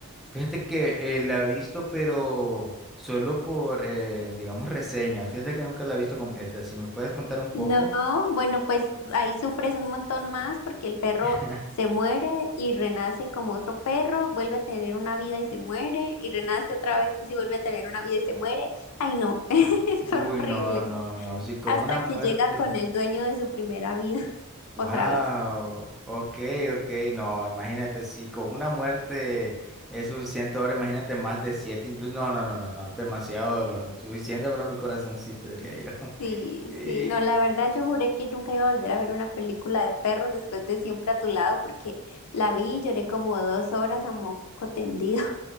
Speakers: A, in the centre; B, on the left.
A: Fíjate que eh, la he visto, pero solo por, eh, digamos, reseñas. Fíjate que nunca la he visto completa. Si me puedes contar un poco.
B: No, bueno, pues ahí sufres un montón más porque el perro
A: <laughs>
B: se muere y renace como otro perro, vuelve a tener una vida y se muere, y renace otra vez y vuelve a tener una vida y se muere. Ay, no, <laughs> es
A: Uy,
B: horrible.
A: no, no, no, no. Si con
B: Hasta
A: una muerte.
B: que llega con el dueño de su primera vida <laughs>
A: Wow,
B: otra vez.
A: ok, ok, no, imagínate, si con una muerte es suficiente, ahora imagínate más de siete, incluso, no, no, no, no, no, demasiado dolor, suficiente para mi corazoncito, diría yo.
B: Sí,
A: <laughs> Y,
B: sí, no, la verdad yo juré que nunca iba a volver a ver una película de perros después de Siempre a tu lado porque la vi y lloré como dos horas a moco tendido.